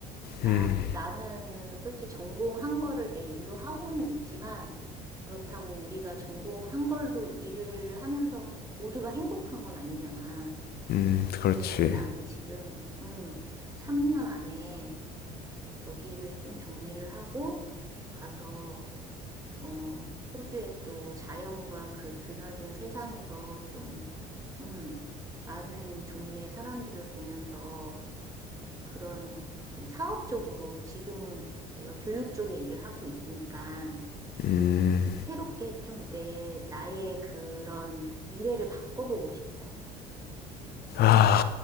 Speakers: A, on the right; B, on the left.
A: 나,
B: 음,
A: 나는 솔직히 전공한 거를 내 일로 하고는 있지만 그렇다고 우리가 전공한 걸로 일을 하면서 모두가 행복한 건 아니잖아.
B: 음, 그렇지.
A: 그래서 나는 지금, 음, 3년 안에 여기를 좀 정리를 하고 가서 어, 호주의 또 자연과 그 드넓은 세상에서 좀, 음, 많은 종류의 사람들을 보면서 그런 좀 사업적으로 지금은 내가 교육 쪽에 일을 하고 있으니까
B: 음.
A: 좀 새롭게 좀 내, 나의 그런 미래를 바꿔보고 싶어.
B: 아,